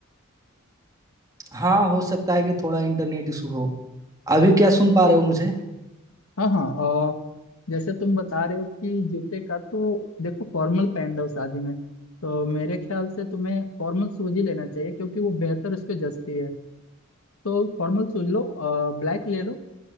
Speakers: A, on the right; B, on the left.
A: हाँ हो सकता है कि थोड़ा इंटरनेट इशू हो अभी क्या सुन
B: तो-
A: पा रहे हो मुझे
B: हाँ हाँ और जैसे तुम बता रहे हो कि जूते का तो देखो फॉर्मल पहन लो शादी में तो मेरे ख्याल से तुम्हें फॉर्मल शूज ही लेना चाहिए क्योंकि वो बेहतर उस पर जचती है तो फॉर्मल शूज लो ब्लैक ले लो